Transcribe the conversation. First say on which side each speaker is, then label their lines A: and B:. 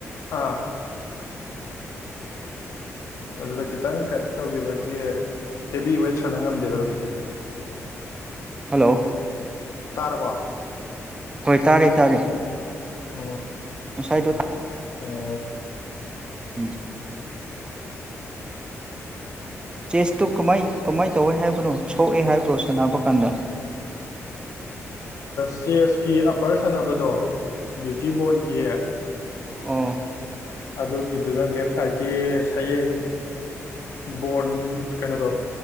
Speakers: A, on the left (about 65°); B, on the right (about 20°).
A: ꯑꯥ ꯑꯗꯨꯗ ꯈꯤꯇꯪ ꯀꯩꯅꯣ ꯇꯧꯈꯤꯕꯒꯤ ꯍꯦꯚ ꯋꯦꯠ ꯁꯅ ꯉꯝꯗꯦꯕ ꯍꯧꯖꯤꯛꯁꯦ
B: ꯍꯜꯂꯣ
A: ꯇꯔꯕꯥ
B: ꯍꯣꯏ ꯇꯥꯔꯦ ꯇꯥꯔꯦ
A: ꯑ
B: ꯁꯥꯏꯗ
A: ꯑꯣ
B: ꯎꯝ ꯆꯦꯁꯇꯨ ꯀꯃꯥꯏ ꯀꯃꯥꯏ ꯇꯧꯋꯦ ꯍꯥꯏꯕꯅꯣ ꯁꯣꯛꯑꯦ ꯍꯥꯏꯕ꯭ꯔꯣ ꯁꯥꯟꯅꯕ ꯀꯥꯟꯗ
A: ꯆꯦꯁꯀꯤ ꯑꯞꯄꯔ ꯁꯥꯟꯅꯕꯗꯣ ꯕꯤꯌꯨꯇꯤ ꯣꯟꯒꯤ
B: ꯎ
A: ꯑꯗꯨꯒꯤꯗꯨꯗ ꯂꯦꯞ ꯁꯥꯏꯠꯀꯤ ꯁꯌꯦꯡ ꯕꯣꯔꯟ ꯀꯩꯅꯣꯗꯣ